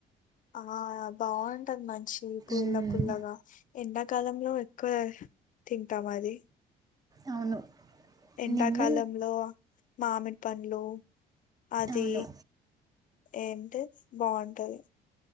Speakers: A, on the left; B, on the right.
A: ఆ బాగుంటది మం చి పుల్ల
B: మ్మ్.
A: పుల్లగా ఎండాకాలంలో కోర్ తింటామది
B: అవును
A: ఎండాకాలంలో
B: నిన్న
A: మామిడి పండ్ లో అది
B: అవును
A: ఏం టే బాగుంటది